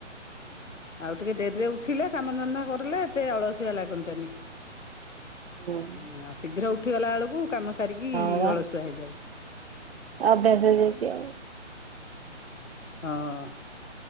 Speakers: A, on the left; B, on the right.
A: ଆଉ ଟିକେ ଡେରିରେ ଉଠିଲେ କାମଧନ୍ଦା କରିଲେ ଏତେ ଅଳସୁଆ ଲାଗନ୍ତାନି
B: ହୁଁ।
A: ଉଁ ଶୀଘ୍ର ଉଠିଗଲା ବେଳକୁ କାମ ସାରିକି
B: ହଁ ବା
A: ଅଳସୁଆ ହେଇଯାଉଛି।
B: ଅଭ୍ୟାସ ହେଇଯାଇଛି ଆଉ।
A: ହଁ।